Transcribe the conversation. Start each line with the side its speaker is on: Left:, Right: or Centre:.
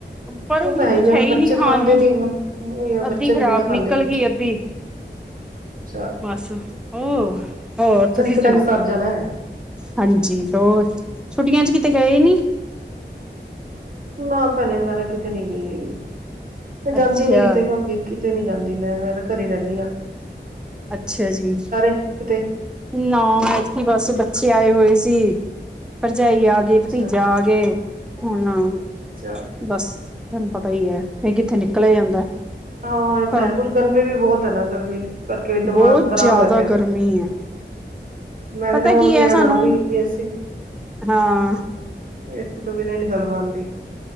Centre: ਪਰ ਉਹਨੂੰ
Right: ਉਹ ਤਾਂ
Centre: ਕੁਛ
Right: ਆ
Centre: ਹੈ ਹੀ
Right: ਬੱਚੇ
Centre: ਨੀ ਖਾਣ
Right: ਖਾਂਦੇ
Centre: ਨੂੰ
Right: ਨੀ ਆ ਉਹੀ ਆ, ਬੱਚੇ
Centre: ਅੱਧੀ ਖ਼ਰਾਬ
Right: ਵੀ ਨੀ ਨਾ
Centre: ਨਿਕਲ
Right: ਖਾਂਦੇ ਕੁਛ
Centre: ਗਈ ਅੱਧੀ
Right: ਚੱਲ
Centre: ਬਸ ਹੋ ਹੋਰ
Right: ਚੱਲ
Centre: ਤੁਸੀਂ
Right: ਇੱਕ
Centre: ਸੁਣਾਓ
Right: ਡੰਗ ਸਰ ਜਾਣਾ।
Centre: ਹਾਂਜੀ ਹੋਰ ਛੁੱਟੀਆਂ ਚ ਕਿਤੇ ਗਏ ਨੀ?
Right: ਨਾ ਭੈਣੇ ਮੈਂ ਤਾਂ ਕਿਤੇ ਨੀ ਗਈ ਹੈਗੀ ਮੈਂ ਜਾਂਦੀ
Centre: ਅੱਛਾ
Right: ਨੀ ਕਿਤੇ ਪਾਬੀ ਕਿਤੇ ਨੀ ਜਾਂਦੀ ਮੈਂ-ਮੈਂ ਤਾਂ ਘਰੇ ਰਹਿੰਨੀ ਆ।
Centre: ਅੱਛਾ ਜੀ।
Right: ਕਿਤੇ
Centre: ਨਾ ਐਤਕੀ ਬਸ ਬੱਚੇ ਆਏ ਹੋਏ ਸੀ ਭਰਜਾਈ ਆ ਗਈ,
Right: ਅੱਛਾ
Centre: ਭਤੀਜਾ ਆਗੇ ਹੁਣ,
Right: ਅੱਛਾ
Centre: ਬਸ ਤੁਹਾਨੂੰ ਪਤਾ ਹੀ ਹੈ ਫੇਰ ਕਿੱਥੇ ਨਿਕਲਿਆ ਜਾਂਦਾ।
Right: ਹਾਂ ਇਹ ਤਾਂ
Centre: ਘਰੋਂ।
Right: ਹੈ ਕੁਛ ਗਰਮੀ ਵੀ ਬਹੁਤ ਹੈ ਨਾ ਗਰਮੀ ਕਰਕੇ ਈ ਦਿਮਾਗ
Centre: ਬਹੁਤ
Right: ਖ਼ਰਾਬ
Centre: ਜ਼ਿਆਦਾ
Right: ਹੋਆ ਪਿਆ ਹੈ
Centre: ਗਰਮੀ ਹੈ,
Right: ਮੈਂ
Centre: ਪਤਾ
Right: ਕਹਣੀ ਹੁਣ
Centre: ਕੀ
Right: ਵੀ
Centre: ਹੈ
Right: ਐਂ
Centre: ਸਾਨੂੰ
Right: ਲੱਗਦਾ ਜਿਵੇਂ ਏ ਸੀ
Centre: ਹਾਂ
Right: ਏਸੀ ਤੋਂ ਬਿਨਾਂ ਨੀ ਗੱਲ ਬਣਦੀ।